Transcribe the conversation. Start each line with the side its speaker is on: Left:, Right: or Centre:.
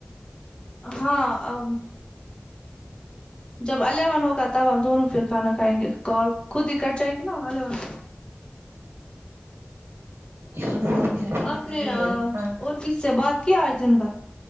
Left: ہاں ا وہ جب الیون ہوگا تب ہم دونوں فر کھانا کھائیں گے کال خود ہی کٹ جائے گی نا الیون سے
Right: یار وہ میرا ویٹ
Left: آپ
Right: کر
Left: نے
Right: رہے
Left: اور
Right: ہیں ہاں
Left: کس سے بات کیا آج دن بھر